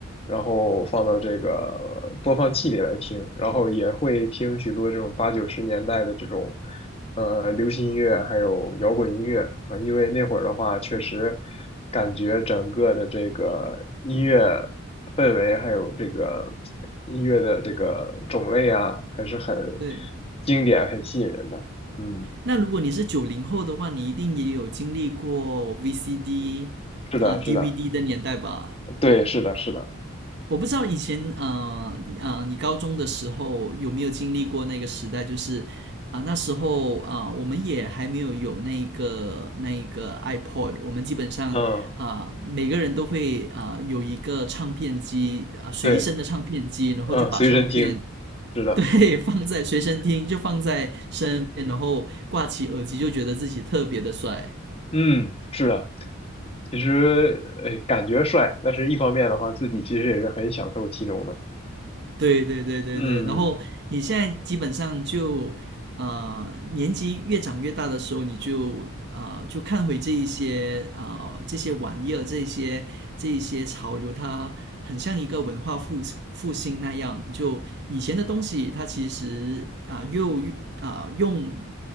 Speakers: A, on the left (about 25°); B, on the right (about 50°).
A: 然后放到这个播放器里来听，然后也会听许多这种八九十年代的这种呃流行音乐，还有摇滚音乐啊，因为那会儿的话，确实感觉整个的这个音乐。氛围，还有这个音乐的这个种类啊，还是很
B: 对。
A: 经典、很吸引人的。嗯，
B: 那如果你是九零后的话，你一定也有经历过 VCD
A: 是的，
B: 啊、DVD
A: 是的，
B: 的年代吧？
A: 对，是的，是的，
B: 我不知道以前啊啊呃呃，你高中的时候有没有经历过那个时代？就是啊、呃那时候啊、呃我们也还没有有那个那个 iPod，我们基本上啊、
A: 嗯，
B: 呃每个人都会啊、呃有一个唱片机啊、呃随身的唱片机，
A: 对，
B: 然后就把唱片
A: 嗯，随身听，是的，
B: 对 <laughs> 放在随身听，就放在身边，然后挂起耳机，就觉得自己特别的帅。
A: 嗯，是的。其实，哎，感觉帅，但是一方面的话，自己其实也是很享受其中的。
B: 对对对对对，
A: 嗯嗯
B: 然后你现在基本上就，呃，年纪越长越大的时候，你就啊、呃就看回这一些啊、呃这些玩意儿，这一些这一些潮流，它很像一个文化复复兴那样。就以前的东西，它其实啊、又啊、用